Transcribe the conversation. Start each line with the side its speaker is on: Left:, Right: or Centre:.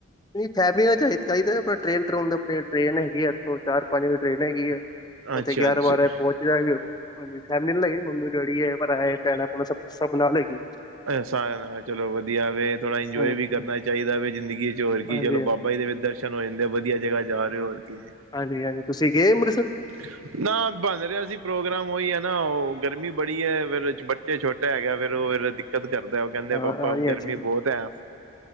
Left: ਨਈ ਫੈਮਲੀ ਨਾਲ ਚਾਈ ਚਾਈਦਾ ਆਪ ਟ੍ਰੇਨ ਟਰੂਨ ਦਾ ਅਪਡੇਟ ਟ੍ਰੇਨ ਹੈਗੀ ਏ ਏਥੋਂ ਚਾਰ ਪੰਜ ਵਜੇ ਟ੍ਰੇਨ ਹੈਗੀ ਐ। ਓਥੇ
Right: ਅੱਛਾ
Left: ਗਿਆਰਾਂ
Right: ਅੱਛਾ
Left: ਬਾਰਾਂ ਵਜੇ ਪਹੁੰਚ ਜ ਫੈਮਿਲੀ ਨੀ ਲੱਗੀ ਮੰਮੀ ਡੈਡੀ ਐ ਭਰਾ ਐ ਭੈਣਾਂ ਭੈਣ ਸਬ-ਸਬ ਨਾਲ ਹੈਗੀ।
Right: ਸਾਰਿਆਂ ਨਾਲ ਚਲੋ ਵਧੀਆ ਵੇ ਥੋੜ੍ਹਾ ਇੰਜੋਏ
Left: ਹਾਂਜੀ
Right: ਵੀ ਕਰਨਾ ਚਾਈਦਾ ਵੇ ਜ਼ਿੰਦਗੀ ਵਿਚ ਹੋਰ ਕੀ
Left: ਹਾਂਜੀ
Right: ਚਲੋ ਬਾਬਾ ਜੀ ਦੇ ਵੀ ਦਰ ਚਲੋ ਐਨੇ ਵਦੀਆ ਜਗ੍ਹਾ ਜਾ ਰਏਂ ਓਂ ਹੋਰ ਕੀ ਐ।
Left: ਹਾਂਜੀ-ਹਾਂਜੀ ਤੁਸੀਂ ਗਏ ਅੰਮ੍ਰਿਤਸਰ।
Right: ਹਨ ਨਾ ਬਨ ਰਿਆ ਸੀ ਪ੍ਰੋਗਰਾਮ ਓਈ ਐ ਨਾ ਓ ਗਰਮੀ ਬੜੀ ਐ ਫਿਰ ਬੱਚੇ ਛੋਟੇ ਹੈਗਾ ਫੇਰ ਓ ਫੇਰ ਦਿ ਦਿੱਕਤ ਕਰਦਾ ਓ ਕੈਂਦੇ
Left: ਹਾਂ,
Right: ਪਾਪਾ
Left: ਹਾਂਜੀ-ਹਾਂਜੀ।
Right: ਗਰਮੀ ਬੋਤ ਐ।